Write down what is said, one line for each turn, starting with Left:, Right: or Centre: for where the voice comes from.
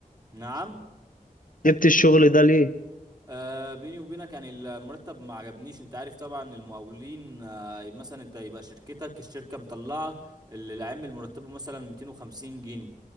Right: نعم
Left: جبت الشغل ده ليه
Right: آه بيني وبينك يعني المرتب ما عجبنيش انت عارف طبعا المقاولين آه مثلا انت يبقى شركتك الشركة مطلعة اللي العامل مرتبه مثلا 250 جنيه